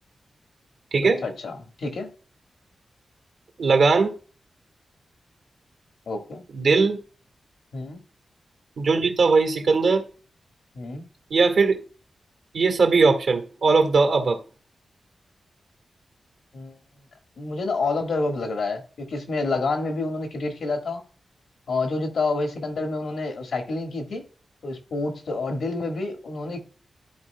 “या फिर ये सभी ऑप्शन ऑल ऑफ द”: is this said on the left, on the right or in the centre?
Right